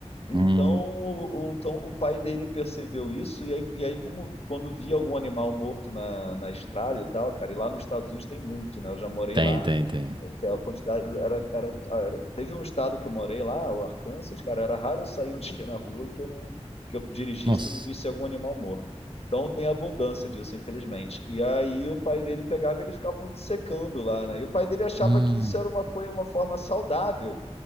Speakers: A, on the left; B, on the right.
A: Então
B: Hum,
A: o, o- então, o pai dele percebeu isso, e aí, e aí como, quando via algum animal morto na, na estrada e tal, cara, e lá nos Estados Unidos tem muito, né? Eu já morei
B: tem,
A: lá,
B: tem, tem.
A: a quantidade era, era, era- teve um estado que eu morei lá, o Arkansas, cara, era raro eu sair um dia na rua que eu não que eu dirigisse
B: Nossa.
A: e não visse algum animal morto. Então tem abundância disso, infelizmente. E aí o pai dele pegava e eles ficavam dissecando lá, né? E o pai dele achava
B: Hum,
A: que isso era uma coisa, uma forma saudável